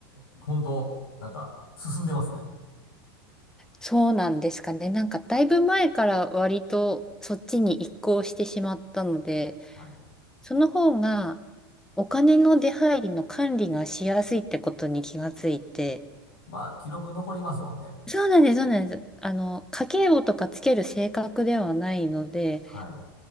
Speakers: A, on the left; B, in the centre.
A: う、本当なんか進んでますね。
B: そうなんですかね。なんかだいぶ前から割とそっちに移行してしまったので、
A: はいはい。
B: その方がお金の出入りの管理がしやすいってことに気がついて、
A: まあ、記録残りますもんね。
B: そうなんです、そうなんです。あの、家計簿とかつける性格ではないので、
A: はい。